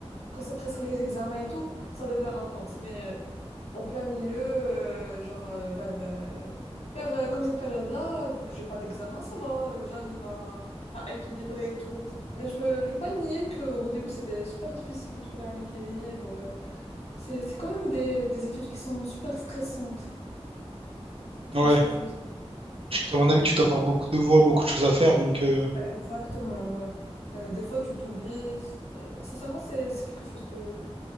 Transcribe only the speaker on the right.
Ouais.
À mon
avis, tu dois avoir beaucoup de devoirs, beaucoup de choses à faire, donc euh,